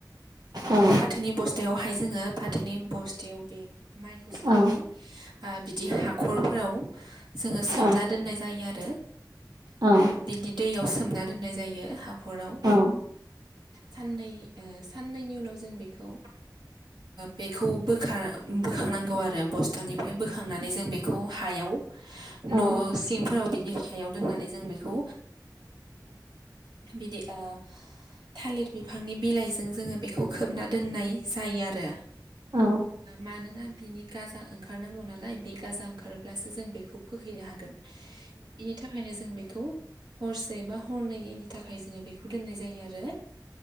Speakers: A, on the right; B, on the right.
A: औ
B: फाथोनि बस्था फाथोवावहाय जोङो फाथोनि बस्थायाव बे माइखौ सोनानै
A: औ
B: आ बिदि हाखरफ्राव जोङो
A: औ
B: सोमना दोननाय जायो आरो
A: औ
B: बिदि दैयाव सोमना दोननाय जायो हाखराव
A: औ
B: साननै साननैनि उनाव जों बेखौ बेखौ बोखां बोखांनांगौ आरो बस्ताखौ ओमफ्राय बोखांनानै जों बेखौ हायाव
A: औ
B: न' सिंफोराव बिदि सायाव दोननानै जों बेखौ बिदि ओ थालिर बिफांनि बिलाइजों जोङो बेखौ खोबना दोननाय जायो आरो
A: औ
B: मानोना बिनि गाजा ओंखार ओंखारनांगौ नालाय बे गाजा ओंखारोबब्लासो जों बेखौ फोहैनो हागोन बेनि थाखायनो जों बेखौ हरसे बा हरनैनि थाखाय जोङो बेखौ दोननाय जायो आरो